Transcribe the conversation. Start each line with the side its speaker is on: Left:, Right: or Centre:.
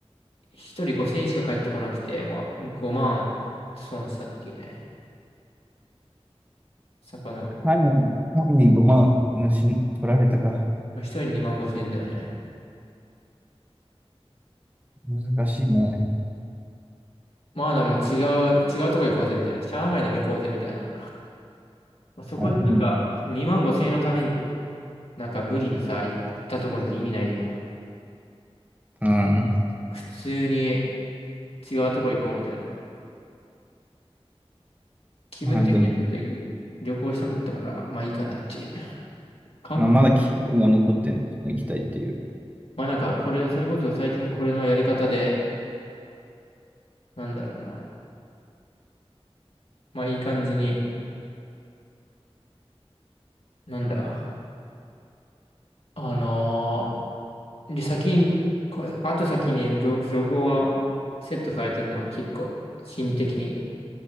Left: う1人5千円しか返ってこなくて、まあ5万損したっていうね。魚。
Right: カニ、カニ5万、し、取られたか。
Left: まあ、1人2万5千円だよね。
Right: 難しいね。
Left: まあだ、もう違う、違うとこ行こうぜみたいな。上海でも行こうぜみたいな。まあ、そこでなんか2万5千円のために、
Right: あいい
Left: なんか無理にさ、行ったところで意味ないじゃん。
Right: うん。
Left: 普通に違うとこ行こうみたいな。気分的にはちょっといい旅行したかったから、
Right: まあ、でも、
Left: まあいいかなっていう。韓国
Right: まあ、まだ気分が残ってんの、行きたいっていう。
Left: まあなんか、これ、それこそ最近これのやり方で、なんだろうな。まあいい感じに、なんだ。あのーで、先に、これ、あと先にど旅行がセットされてるのは結構心理的に